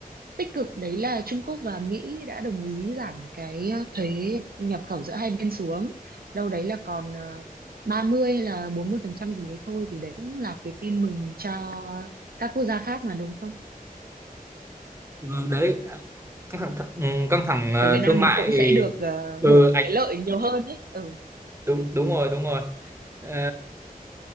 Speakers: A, on the right; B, on the right.
A: tích cực đấy là Trung Quốc và Mỹ đã đồng ý giảm cái ờ, thuế nhập khẩu giữa hai bên xuống đâu đấy là còn ờ, 30 hay là 40 phần trăm gì đấy thôi thì đấy cũng là cái tin mừng cho các quốc gia khác mà đúng không
B: ừ, đấy căng thẳng th- ừ, căng thẳng ờ,
A: kiểu Việt Nam
B: thương
A: mình
B: mại
A: cũng sẽ được ờ,
B: ừ,
A: hưởng
B: anh
A: cái lợi nhiều hơn ấy ừ
B: đúng đúng rồi đúng rồi Ờ,